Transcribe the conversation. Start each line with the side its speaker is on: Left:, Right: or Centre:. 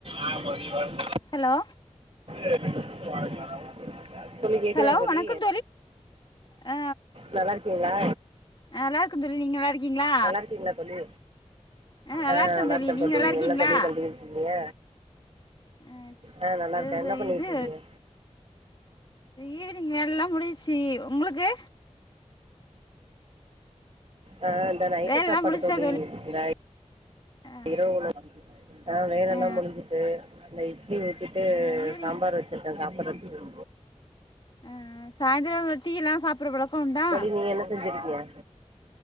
Right: ஆ கொஞ்சோ வருதுன்னா
Left: ஹலோ
Right: <inaudible> தோழி கேக்குதா
Left: ஹலோ
Right: தோழி
Left: வணக்கம் ஆ
Right: நல்லா இருக்கீங்களா
Left: நல்லா இருக்கே தோழி நீங்க நல்லா இருக்கீங்களா
Right: நல்லா இருக்கீங்களா தோழி
Left: ஆ
Right: அ நல்லா இருக்கே
Left: நீங்க நல்லா
Right: தோழி
Left: இருக்கீங்களா
Right: என்ன தோழி பண்ணிட்டு இருந்தீங்க
Left: ஆ
Right: ஆ நல்லா இருக்கே
Left: இது
Right: என்ன பண்ணிட்ருக்கீங்க
Left: இது ஈவினிங் வேல எல்லா முடிஞ்சிச்சு உங்களுக்கு
Right: ஆ இந்த நைட்டு
Left: வேலல்லா
Right: சாப்பாடு
Left: முடிஞ்ச்சா
Right: தோழி இத
Left: ஆ
Right: இரவு உணவு வேல எல்லா
Left: ஆ
Right: முடிஞ்சுட்டு அந்த இட்லி ஊச்சிட்டு
Left: ஆ ஈவினிங்
Right: சாம்பார் வச்சு ட்டே சாப்பட்றதுக்கு
Left: ஆ சாயந்தரோ டீ எல்லா சாப்புட்ற பழக்கோ உண்டா
Right: தோழி நீங்க என்ன செஞ்சிருக்கீங்க